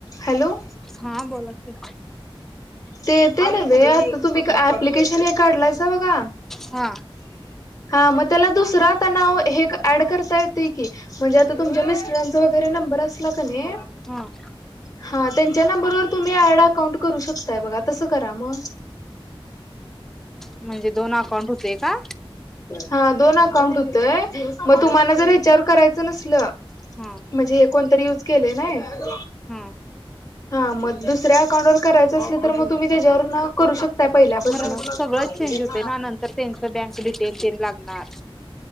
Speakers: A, on the left; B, in the centre.
A: Hello
B: हां बोला की
A: ते येतयं नव्हे, आता तुम्ही क् अप्लिकेशन हे काढलायसा बघा.
B: हा
A: हा म त्याला दुसरा तणाव, हे क् ऍड करता येतयं की म्हनजे आता तुमच्या मिस्टरांचा वगैरे नंबर असला कनै
B: हं.
A: हा, त्यांच्या नंबरवर तुम्ही ऍड अकाउंट करू शक ताय बघा. तसं करा म
B: म्हणजे दोन अकाउंट होते का?
A: हा, दोन अकाउंट हूतय. म
B: हा
A: तुम्हाला जर हेच्यावर करायचं नसलं
B: हा
A: म्हजे हे कोनतरी युज केलयं ना हे,
B: हा
A: हा, म दुसऱ्या अकाउंटवर करायचं असलं, तर म तुम्ही तेच्यावरन करू शक ता पहिल्यापासनं
B: खरं सगळंच चेंज होते ना नंतर त्यांचं बँक डिटेल तेन लागणार.